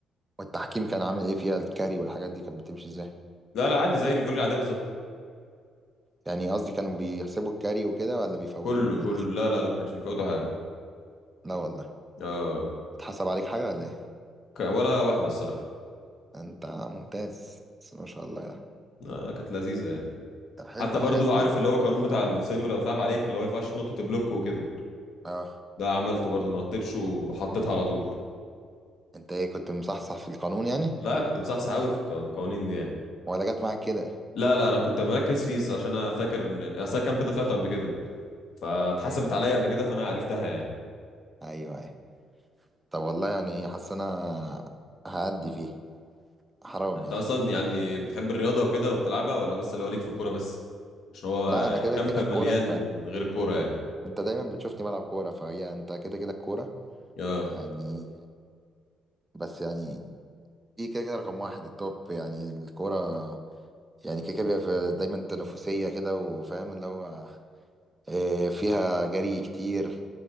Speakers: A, on the right; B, on the left.
A: والتحكيم كان عامل ايه فيها الكاري والحاجات دي كانت بتمشي ازاي
B: لا لا عادي زي الفولي العاديه بالظبط
A: يعني قصدي كانوا بيحسبوا الكاري وكده ولا بيفوتوه
B: كله
A: ولا
B: كله
A: ايه
B: لا لا لا ما كانش بيفوتوا حاجه
A: لا والله
B: اه
A: اتحسب عليك حاجه ولا ايه
B: ك... ولا واحده الصراحه
A: انت ممتاز بس ما شاء الله يعني
B: آه كانت لذيذه يعني
A: طب حلو
B: حتى
A: الحاجات
B: برضو عارف
A: دي
B: اللي هو القانون بتاع السيرفر لو اتلعب عليك اللي هو ما ينفعش تنط تبلوك وكده
A: اه
B: ده عملته برضو ما نطيتش وحطيتها على طول
A: انت ايه كنت مصحصح في القانون يعني
B: لا كنت بصحصح قوي في الق- في القوانين دي يعني
A: ولا جت معاك كده
B: لا لا انا كنت مركز فيه الصراحة، عشان انا فاكر ان اصلا الكامب ده طلعته قبل كده فاتحسبت
A: اوكي
B: عليا قبل كده فانا عرفتها يعني
A: ايوه ايوه طب والله يعني حاسس انا هأدي فيه حرام
B: انت
A: يعني
B: اصلا يعني بتحب الرياضه وكده وبتلعبها ولا بس اللي هو ليك في الكوره بس عشان هو
A: لا انا كده
B: الكامب
A: كده
B: مليان
A: الكوره انت
B: غير الكوره يعني
A: انت دايما بتشوفني بلعب كوره فهي انت كده كده الكوره
B: اه
A: يعني بس يعني دي كده كده رقم واحد التوب يعني الكوره يعني كده كده بيبقى في- دايما تنافسيه كده وفاهم اللي هو آه، فيها جري كتير